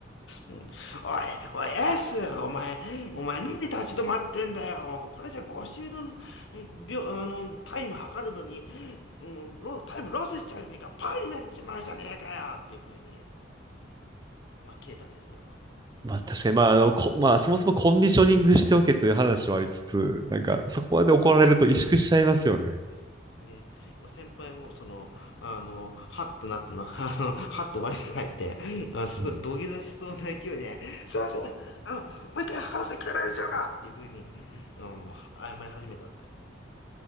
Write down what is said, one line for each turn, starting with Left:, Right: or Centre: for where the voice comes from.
Left: うん、おい、おい、エースお前、お前何立ち止まってんだよこれじゃ5周の、うん秒、あの、タイム測るのに、もうロタイムロスしちゃうじゃねえかパーになっちまうじゃねえかよっていう風に、まあ、切れたんですよ。
Right: まあ確かに、まあ、あの、こ、まあそもそもコンディショニングしておけという話はありつつ、なんかそこまで怒られると萎縮しちゃいますよね。
Left: そうですねもう先輩も、その、あの、はっとなったの、<laughs> あの、はっと我に返って、あ、すごい土下座しそうな勢いで、
Right: うん。
Left: すいません、あの、もう一回測らせてくれないでしょうかっていうふうに、うん、謝り始めたんだよ。